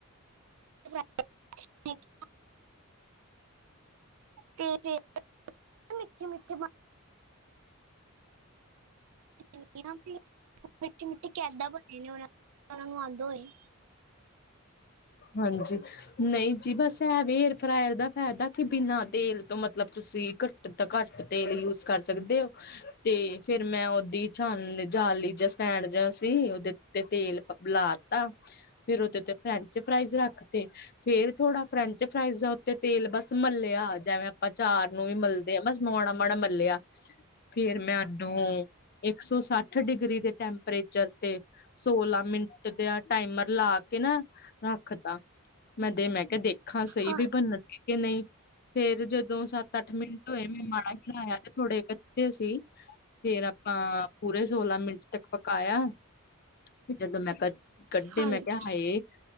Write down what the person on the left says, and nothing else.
ਹਾਂਜੀ। ਨਈਂ ਜੀ, ਬਸ ਐ ਵਏਰ ਫਰਾਇਰ ਦਾ ਫਾਇਦਾ ਕੀ, ਬਿਨਾਂ ਤੇਲ ਤੋਂ ਮਤਲਬ ਤੁਸੀਂ, ਘੱਟ ਤਾ ਘੱਟ ਤੇਲ ਯੂਸ ਕਰ ਸਕਦੇ ਓ। ਤੇ ਫੇਰ ਮੈਂ ਓਦੀ ਛਾਨ, ਜਾਲੀ ਜਾ ਸਟੈਂਡ ਜੇਆ ਸੀ, ਉਹਦੇ 'ਤੇ ਤੇਲ ਲਾਅ ਤਾ, ਫੇਰ ਓਦੇ 'ਤੇ ਫਰੈਂਚ ਫਰਾਈਜ਼ ਰੱਖ 'ਤੇ। ਫ਼ੇਰ ਥੋੜਾ ਫਰੈਂਚ ਫਰਾਈਜ਼ ਦਾ ਉੱਤੇ ਤੇਲ ਬਸ ਮਲਿਆ, ਜਿਵੇਂ ਆਪਾਂ ਚਾਰ ਨੂੰ ਵੀ ਮਲਦੇ। 'ਤੇ ਬਸ ਮੋਣਾ -ਮਾੜਾ ਮੱਲਿਆ। ਫਿਰ ਮੈਂ ਉਨੂੰ, ਇੱਕ ਸੌ ਸੱਠ ਡਿਗਰੀ ਦੇ ਟੈਂਪਰੇਚਰ 'ਤੇ ਸੋਲਾਂ ਮਿੰਟ ਦੇ ਆਹ ਟਾਈਮਰ ਲਾ ਕੇ ਨਾ, ਰੱਖ ਤਾਂ, ਮੈਂ ਦੇ ਮੈਂ ਕੇਆ ਦੇਖਾ ਸਹੀ
ਵੀ ਬਨਨਗੇ ਕੇ, ਨਈ। ਫੇਰ ਜਦੋਂ ਸੱਤ -ਅੱਠ ਮਿੰਟ ਹੋਏ, ਮੈਂ ਮਾੜਾ ਖਾਇਆ 'ਤੇ ਥੋੜੇ ਕੱਚੇ ਸੀ। ਫੇਰ ਆਪਾਂ ਪੂਰੇ ਸੋਲਾਂ ਮਿੰਟ ਤੱਕ ਪਕਾਇਆ, 'ਤੇ ਜਦੋਂ ਮੈਂ ਕਚ ਕੱਢੇ
ਮੈਂ ਕਿਹਾ, ਹਾਏ!